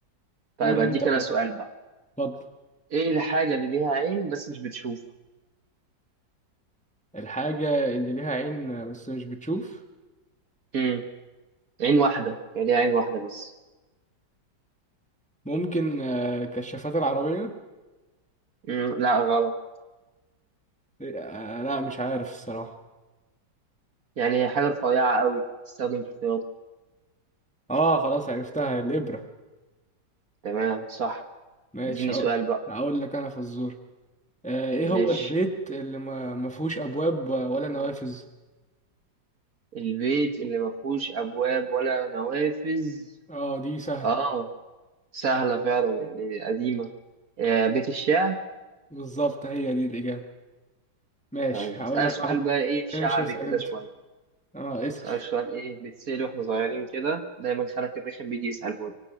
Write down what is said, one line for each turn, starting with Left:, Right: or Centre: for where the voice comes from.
Right: طيب
Centre: قول
Right: هديك
Centre: انت بقى
Right: انا سؤال بقى
Centre: اتفضل
Right: ايه الحاجه اللي ليها عين بس مش بتشوف
Centre: الحاجة اللي ليها عين بس مش بتشوف
Right: مم، عين واحده يعني ليها عين واحده بس
Centre: ممكن آه، كشافات العربية
Right: مم، لا غلط
Centre: آه، لا مش عارف الصراحة
Right: يعني هي حاجة رفيعة قوي تستخدم في الرياضة
Centre: اه خلاص عرفتها الإبرة
Right: تمام صح
Centre: ماشي
Right: اديني
Centre: هق-
Right: سؤال بقى
Centre: هقول لك انا فزور آه، ايه
Right: ماشي
Centre: هو البيت اللي ما ما فيهوش ابواب ولا نوافذ
Right: البيت اللي ما فيهوش أبواب ولا نوافذ
Centre: اه دي سهلة
Right: اه سهلة فعلا يعني قديمة آه، بيت الشعر
Centre: بالظبط هي دي الإجابة ماشي
Right: طيب
Centre: هقول
Right: هسألك
Centre: لك
Right: سؤال
Centre: واحد
Right: بقى ايه شعبي
Centre: ماشي اسأل
Right: كده
Centre: انت
Right: شوية
Centre: اه اسأل
Right: هسألك سؤال ايه بيتسأل واحنا صغيرين كده دايما خالك الرخم بيجي يسأله لي